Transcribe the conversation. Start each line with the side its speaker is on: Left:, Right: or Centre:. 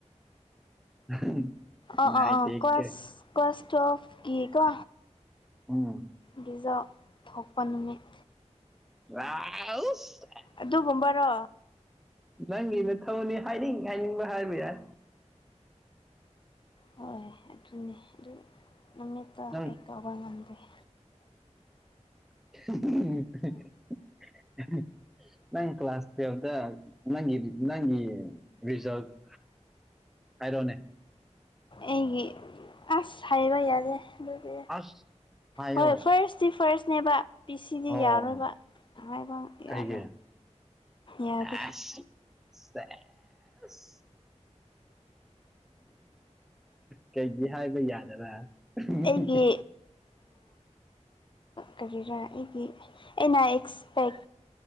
Centre: <unintelligible> ꯅꯨꯡꯉꯥꯏꯇꯦꯀꯦ
Left: ꯑ ꯑ ꯑ ꯀ꯭ꯂꯥꯁ ꯀ꯭ꯂꯥꯁ ꯇꯨꯌ‌ꯦꯜꯐ ꯀꯤ ꯀꯣ
Centre: ꯎꯝ
Left: ꯒꯤꯖꯥ ꯊꯣꯛꯄ ꯅꯨꯃꯤꯠ
Centre: ꯔꯥꯎꯁ
Left: ꯑꯗꯨꯒꯨꯝꯕꯔꯣ
Centre: ꯅꯪꯒꯤ ꯃꯊꯧꯅꯤ ꯍꯥꯏꯅꯤꯡ ꯍꯥꯏꯅꯤꯡꯕ ꯍꯥꯏꯕ ꯌꯥꯏ
Left: ꯍꯣꯏ ꯑꯗꯨꯅꯦ ꯑꯗꯨ ꯅꯨꯃꯤꯠꯇ
Centre: ꯅꯪ
Left: ꯑꯩ ꯀꯧꯕ ꯉꯝꯗꯦꯦ
Centre: ꯎ ꯅꯪ ꯀ ꯀ꯭ꯂꯥꯁꯎꯗ ꯅꯪ ꯅꯪ ꯔꯔꯤꯁꯥꯎꯗ ꯍꯥꯏꯔꯣꯅꯦ
Left: ꯑꯩꯒꯤ ꯑꯁ ꯍꯥꯏꯕ ꯌꯥꯗꯦ ꯑꯗꯨꯗꯤ
Centre: ꯑꯁ ꯍꯥꯏꯌꯣ
Left: ꯍꯣꯏ ꯐꯥꯔꯁ ꯁꯤ ꯐꯥꯔꯁꯅꯦꯕ ꯄꯤꯤ ꯁꯤꯗꯤ
Centre: ꯑꯣ
Left: ꯌꯥꯔꯣꯏꯕ ꯍꯥꯏꯥꯏꯕ
Centre: ꯀꯩꯒꯤ
Left: ꯌꯥꯔꯣꯏ ꯌꯥꯗꯦ
Centre: ꯑꯁ <inaudible> ꯀꯩꯒꯤ ꯍꯥꯏꯕ ꯌꯥꯗꯕꯥ ꯎꯝ
Left: ꯑꯩꯒꯤ ꯀꯔꯤꯔꯥ ꯑꯩꯒꯤ ꯑꯩꯅ ꯑꯦꯛꯁꯄꯦꯛ